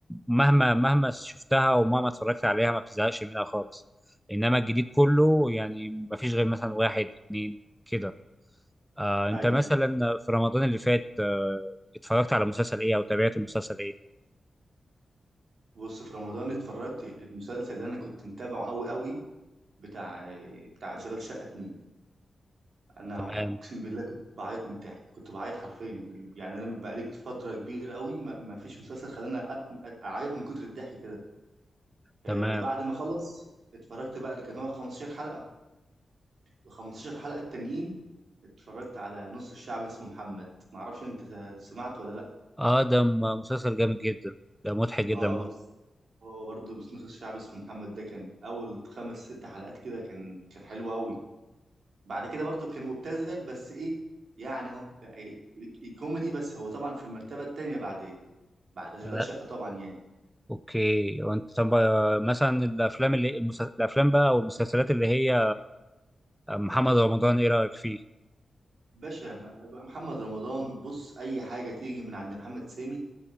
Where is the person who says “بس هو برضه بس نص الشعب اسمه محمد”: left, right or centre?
Right